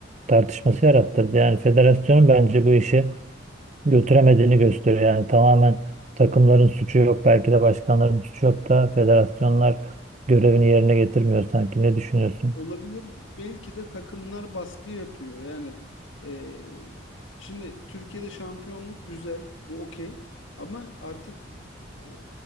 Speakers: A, on the right; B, on the left.
A: tartışması yarattırdı. Yani federasyonun bence bu işi götüremediğini gösteriyor. Yani tamamen takımların suçu yok, belki de başkanların suçu yok da federasyonlar görevini yerine getirmiyor sanki. Ne düşünüyorsun?
B: Olabilir. Belki de takımlar baskı yapıyor. Yani e, şimdi Türkiye'de şampiyonluk güzel. Bu okey. Ama artık e,